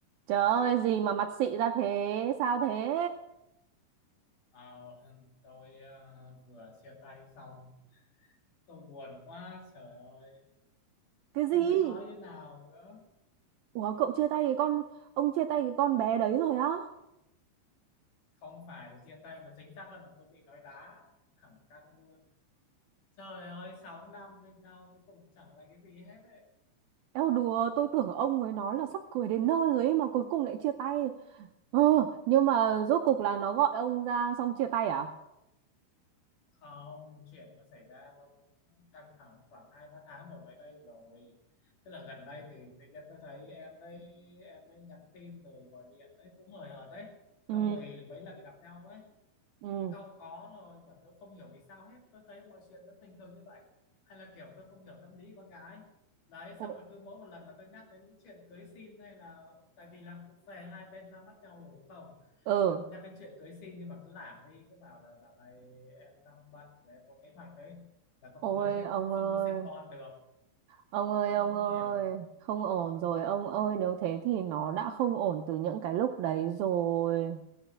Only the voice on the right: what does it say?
Trời ơi, gì mà mặt xị ra thế? Sao thế?
Cái gì?
Ủa, cậu chia tay cái con, ông chia tay cái con bé đấy rồi á?
Eo đùa, tôi tưởng ông với nó là sắp cưới đến nơi rồi ấy mà cuối cùng lại chia tay. Ờ, nhưng mà rốt cục là nó gọi ông ra xong chia tay à?
Ừ,
ừ.
Ồ-
Ừ.
Ôi,
ông
ơi,
ông ơi,
ông
ơi,
không ổn rồi, ông ơi, nếu thế thì nó đã không ổn từ những cái lúc đấy rồi.